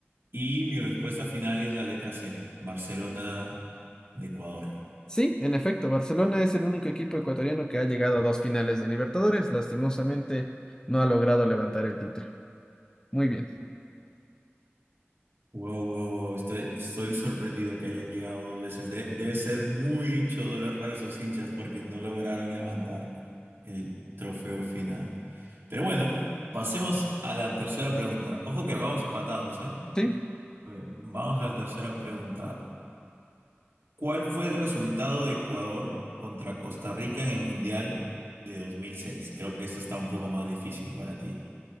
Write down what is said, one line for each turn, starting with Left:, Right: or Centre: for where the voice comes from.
Right: y mi respuesta final es la letra C, Barcelona de Ecuador.
Left: Sí, en efecto, Barcelona es el único equipo ecuatoriano que ha llegado a dos finales de Libertadores. Lastimosamente, no ha logrado levantar el título. Muy bien.
Right: Wow, wow, wow, estoy, estoy sorprendido que hayan llegado dos veces. De- debe ser mucho dolor para sus hinchas porque no lograron levantar el trofeo final. Pero bueno, pasemos a la tercera pregunta. Ojo que vamos empatados, ¿eh?
Left: Sí.
Right: Oye, Vamos a la tercera pregunta. ¿Cuál fue el resultado de Ecuador contra Costa Rica en el Mundial de 2006? Creo que esta está un poco más difícil para ti,